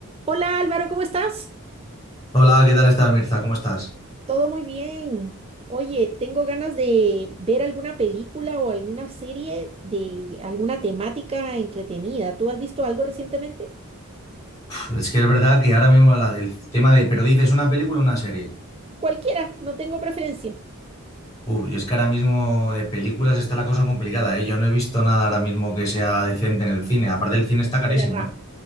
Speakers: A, on the right; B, on the left.
A: Hola Álvaro, ¿cómo estás?
B: Hola, ¿qué tal estás, Mirza? ¿Cómo estás?
A: Todo muy bien. Oye, tengo ganas de ver alguna película o alguna serie de alguna temática entretenida. ¿Tú has visto algo recientemente?
B: Uf, Es que es verdad que ahora mismo la- el tema de, pero dices una película o una serie.
A: Cualquiera, no tengo preferencia.
B: Uf, yo es que ahora mismo de películas está la cosa complicada, ¿eh? Yo no he visto nada ahora mismo que sea decente en el cine. Aparte, el cine está carísimo,
A: Es verdad,
B: ¿eh?